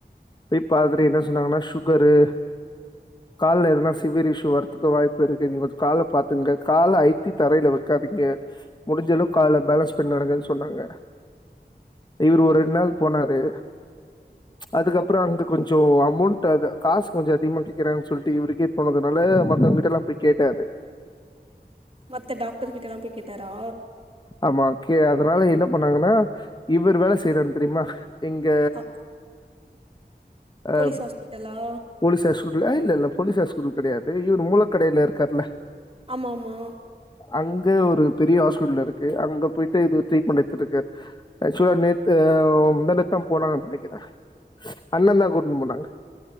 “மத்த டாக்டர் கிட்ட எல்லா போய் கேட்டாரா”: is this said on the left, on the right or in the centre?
Right